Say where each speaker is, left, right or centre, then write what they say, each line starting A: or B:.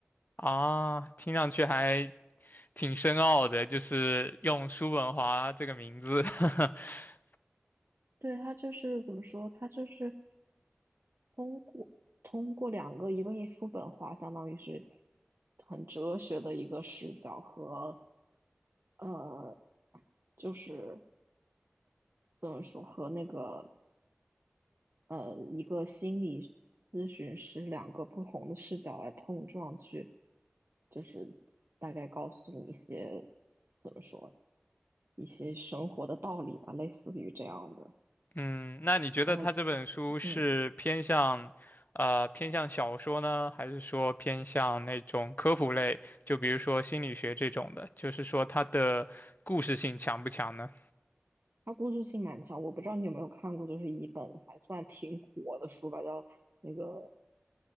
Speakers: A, on the left; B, on the right.
A: 啊，听上去还挺深奥的，就是用叔本华这个名字。<laughs>
B: 对，他就是怎么说？他就是通过通过两个，一个是书本化，相当于是很哲学的一个视角和呃，就是怎么说和那个呃一个心理咨询师两个不同的视角来碰撞去，就是大概告诉你一些怎么说一些生活的道理吧，类似于这样的。
A: 嗯，那你觉得他这本书是偏向，
B: 然后嗯，
A: 呃，偏向小说呢，还是说偏向那种科普类，就比如说心理学这种的？就是说它的故事性强不强呢？
B: 它故事性蛮强，我不知道你有没有看过，就是一本还算挺火的书吧，叫那个